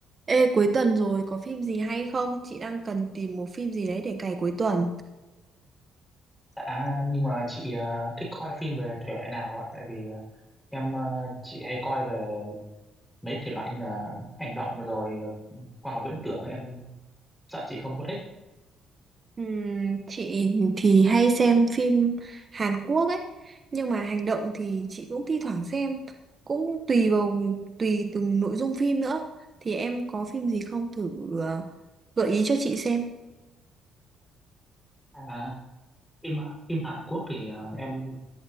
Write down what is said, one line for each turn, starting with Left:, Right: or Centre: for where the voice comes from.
Right: Ê, cuối tuần rồi có phim gì hay không? Chị đang cần tìm một phim gì đấy để cày cuối tuần.
Centre: À, nhưng mà chị ờ, thích coi phim về thể loại nào ạ? Tại vì ờ, em ờ, chị hay coi về mấy thể loại như là hành động rồi ờ, khoa học viễn tưởng ấy, em sợ chị không có thích.
Right: Ừm, chị thì hay xem phim Hàn Quốc ấy, nhưng mà hành động thì chị cũng thi thoảng xem, cũng tùy vào tùy từng nội dung phim nữa. Thì em có phim gì không thử ờ, gợi ý cho chị xem.
Centre: À, phim phim Hàn Quốc thì ờ, em